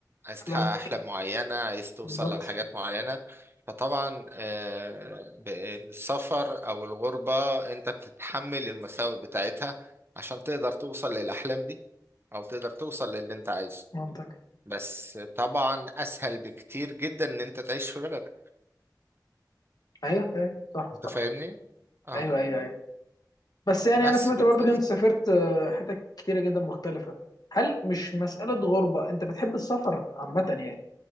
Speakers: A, on the right; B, on the left.
A: عايز
B: أحلام
A: تحقق أحلام معينة عايز توصل
B: بالظبط
A: لحاجات معينة فطبعا آه، ب- السفر أو الغربة أنت بتتحمل المساوئ بتاعتها عشان تقدر توصل للأحلام دي أو تقدر توصل للي أنت عايزه
B: منطقي
A: بس طبعا أسهل بكتير جدا إن أنت تعيش في بلدك
B: أيوه أيوه صح
A: أنت
B: صح
A: فاهمني؟ اه
B: أيوه أيوه أيوه بس يعني
A: بس
B: أنا سمعت
A: بس
B: برضه كنت سافرت آه، حتت كتيرة جدا مختلفة هل مش مسألة غربة أنت بتحب السفر عامة يعني